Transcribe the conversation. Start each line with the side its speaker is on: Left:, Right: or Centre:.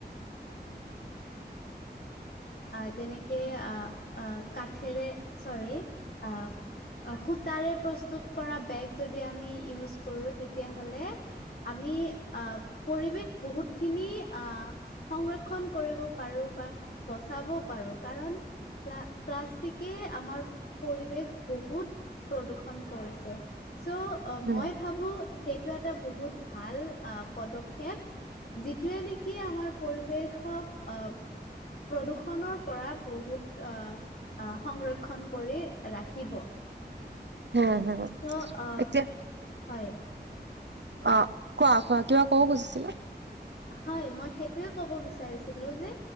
Left: অ যেনেকে অ অ কাঠেৰে চৰী অ সূতাৰে প্ৰস্তুত কৰা বেগ যদি আমি ইউজ কৰো তেতিয়া হ'লে আমি আ পৰিৱেশ বহুতখিনি আ সংৰক্ষণ কৰিব পাৰো বা বচাব পাৰো কাৰণ প্লা প্লাষ্টিকে আমাৰ পৰিৱেশ বহুত প্ৰদূষণ কৰিছে চ
Right: উম,
Left: মই ভাবো সেইটোৱে এটা বহুত ভাল আ পদক্ষেপ যিটোৱে নেকি আমাৰ পৰিৱেশ শক অব প্ৰদূৰষণৰ পৰা বহুত আহ সংৰক্ষণ কৰি ৰাখ <unintelligible>
Right: হ হ
Left: চ' আহ
Right: এতিয়া
Left: হয়
Right: অ কোৱা কোৱা কিবা কব খুজিছিলা?
Left: হয় মই সেইটোৱে ক'ব বিচাৰিছিলো যে